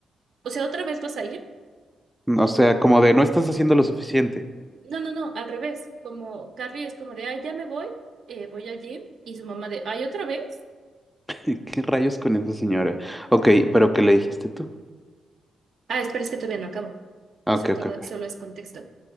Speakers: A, on the right; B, in the centre.
A: o sea, otra vez vas a ir.
B: O sea, como de no estás haciendo lo suficiente.
A: No, no, no, al revés, como Carly es como de, ay, ya me voy, eh, voy al gym y su mamá de, ay, otra vez.
B: <laughs> ¿Qué rayos con esa señora? Ok, pero ¿qué le dijiste tú?
A: Ah, espera, es que todavía no acabo.
B: Ah,
A: Eso
B: Ok, ok,
A: todo
B: ok.
A: solo es contexto.